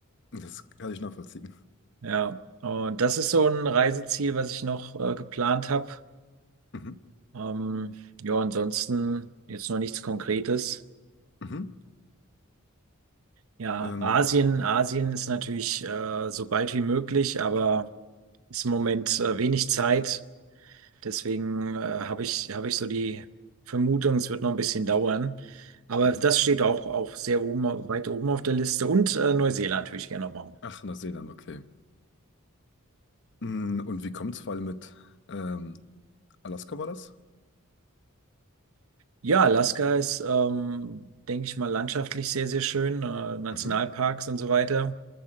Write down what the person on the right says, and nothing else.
Ja, und das ist so ein Reiseziel, was ich noch äh, geplant habe.
Ähm, ja, ansonsten jetzt noch nichts Konkretes.
Ja,
Asien, Asien ist natürlich äh, so bald wie möglich, aber ist im Moment äh, wenig Zeit. Deswegen äh, habe ich, habe ich so die Vermutung, es wird noch ein bisschen dauern. Aber
das steht auch, auch sehr oben, weit oben auf der Liste. Und äh, Neuseeland würde ich gerne noch machen.
Ja, Alaska ist, ähm, denke ich mal, landschaftlich sehr, sehr schön, äh, Nationalparks
und so weiter.